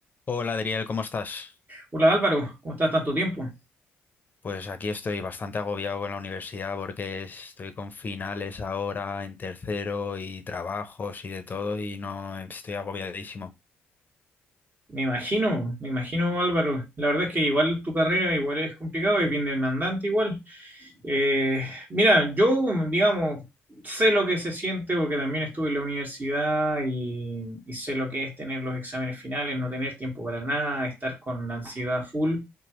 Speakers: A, on the left (about 35°); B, on the right (about 35°).
A: Hola Adriel, ¿cómo estás?
B: Hola Álvaro, ¿cómo estás tanto tiempo?
A: Pues aquí estoy bastante agobiado con la universidad porque estoy con finales ahora en tercero y trabajos y de todo y no estoy agobiadísimo.
B: Me imagino, me imagino Álvaro, la verdad es que igual tu carrera igual es complicado, es bien demandante igual. Eh, mira, yo digamos, sé lo que se siente porque también estuve en la universidad y, y sé lo que es tener los exámenes finales, no tener tiempo para nada, estar con ansiedad full